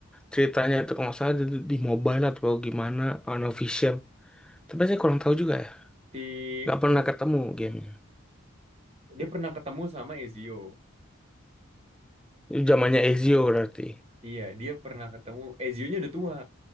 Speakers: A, in the centre; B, on the right (about 30°).
A: ceritanya itu kalau nggak salah di, di mobile atau gimana, unofficial. Tapi saya kurang tahu juga ya.
B: Si
A: Nggak pernah ketemu gamenya.
B: dia pernah ketemu sama Ezio.
A: Itu zamannya Ezio berarti.
B: Iya, dia pernah ketemu Ezio-nya udah tua